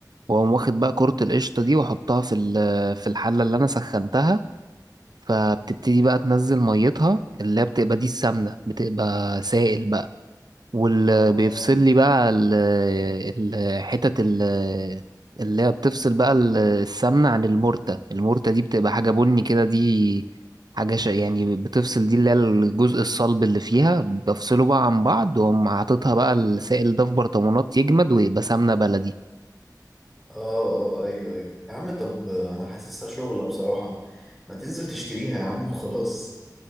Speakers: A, on the right; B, in the centre.
A: وأقوم واخد بقى كرة القشطة دي وأحطها في ال- في الحلة اللي أنا سخنتها فبتبتدي بقى تنزل ميتها اللي هي بتبقى دي السمنة بتبقى سائل بقى واللي
B: اه اه
A: بيفصل لي بقى ال- ال- حتت ال- اللي هي بتفصل بقى ال- السمنة عن المرتة المرتة دي بتبقى حاجة بني كده دي حاجة ش... يعني بتفصل دي اللي هي الجزء الصلب اللي فيها بفصله بقى عن بعض وأقوم حاططها بقى السائل ده في برطمانات يجمد ويبقى سمنة بلدي
B: اه ايوه ايوه يا عم طب انا حاسسها شغلة بصراحة ما تنزل تشتريها يا عم وخلاص